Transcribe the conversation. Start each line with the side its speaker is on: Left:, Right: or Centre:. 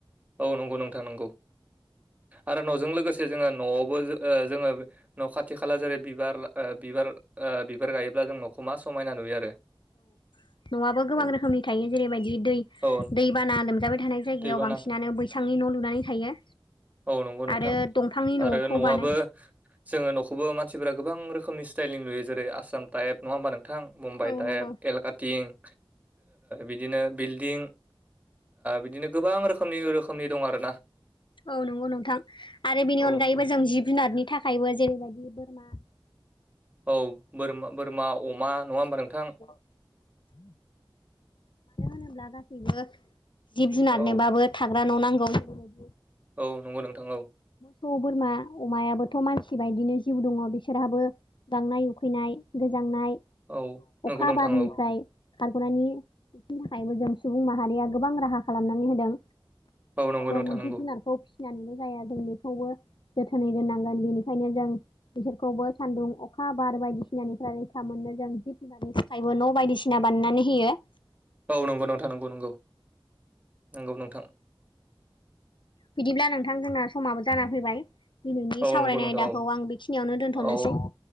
Right: औ नंगौ नोंथां नंगौ आरो न'जों लोगोसे जोङो न'आवबो जोङो न' खाथि खाला जेरै बिबार बिबार बिबार गायोब्ला जों न'खौ मा समायना नुयो आरो
Left: औ नङाआबा गोबां
Right: औ
Left: रोखोमनि थायो जेरैबायदि दै
Right: औ
Left: दैबाना लोमजाबाय थानाय जायगायाव
Right: दैबाना
Left: बांसिनानो बै सांनि न' लुनानै थायो
Right: औ नंगौ नोंथां
Left: आरो दंफांनि न'खौ
Right: आरो न'आबो
Left: बानो
Right: जोङो न'खौबो मानसिफोरा गोबां रोखोमनि स्टाइलनि नुयो जेरै आसाम टाइप नङा होमबा नोंथां मुम्बाइ
Left: औ
Right: टाइप
Left: नंगौ
Right: एलकाटिं बिदिनो बिल्डिं बिदिनो गोबां रोखोमनि रोखोमनि दं आरोना
Left: औ नंगौ नोंथां आरो बिनि
Right: औ
Left: अनगायैबो
Right: नंगौ
Left: जों जिब जुनादनि थाखायबो जेरैबायदि बोरमा
Right: औ बोरमा बोरमा अमा नङा होमबा नोंथां
Left: <inaudible> मानो होनोब्ला गासैबो जिब जुनारनोबाबो
Right: औ
Left: थाग्रा न' नांगौ बेफोरबायदि
Right: औ नंगौ नोंथां औ
Left: सौ बोरमा अमायाबोथ' मानसि बायदिनो जिउ दङ बिसोरहाबो गांनाय उखैनाय गोजांनाय
Right: औ नंगौ
Left: अखा
Right: नोंथां
Left: बारनिफ्राय
Right: औ
Left: खारग'नायनि बिनि थाखायबो जों सुबुं माहारिया गोबां राहा खालामनानै होदों
Right: औ नंगौ
Left: जों
Right: नोंथां
Left: जिब
Right: नंगौ
Left: जुनारखौ फिसिनानैल' जाया जों बेखौबो जोथोनै दोननांगोन बेनिखायनो जों बिसोरखौबो सान्दुं अखा बार बायदिसिनानिफ्राय रैखा मोनो जों जिब होनानि थाखायबो न' बायदिसिना बानायनानै होयो
Right: औ नंगौ नोंथां नंगौ नंगौ नंगौ नोंथां
Left: बिदिब्ला नोंथां जोंना समाबो जानानै फैबाय दिनैनि
Right: औ
Left: सावरायनाय
Right: नंगौ नोंथां
Left: आयदाखौ
Right: औ
Left: आं बेखिनियावनो दोनथ'नोसै
Right: औ